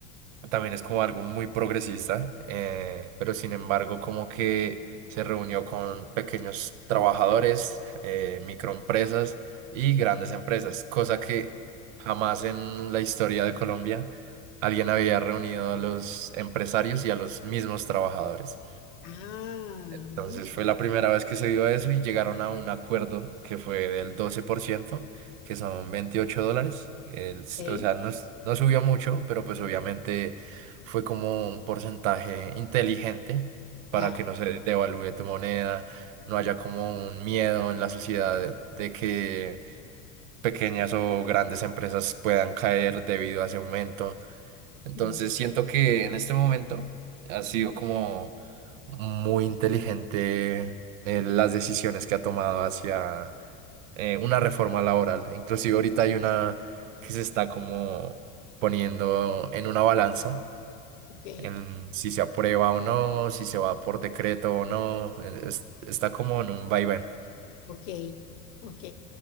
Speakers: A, on the right; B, on the left.
A: también es como algo muy progresista, eh, pero sin embargo como que se reunió con pequeños trabajadores, eh, microempresas y grandes empresas, cosa que jamás en la historia de Colombia alguien había reunido a los empresarios y a los mismos trabajadores.
B: ah,
A: Entonces
B: mira.
A: fue la primera vez que se dio eso y llegaron a un acuerdo que fue del doce por ciento que son 28 dólares. El s-
B: ok,
A: o sea, no, s- no subió mucho, pero pues obviamente fue como un porcentaje inteligente
B: Ya.
A: para que no se devalúe tu moneda, no haya
B: Mm,
A: como un miedo en la sociedad de, de que pequeñas o grandes empresas puedan caer debido a ese aumento. Entonces
B: mm,
A: siento que en este momento ha sido como muy inteligente eh, las decisiones que ha tomado hacia eh, una reforma laboral. Inclusive ahorita hay una que se está como poniendo en una balanza,
B: Ok,
A: en si se aprueba o no, si se va por decreto o no. eh, es- está como en un vaivén.
B: ok, ok.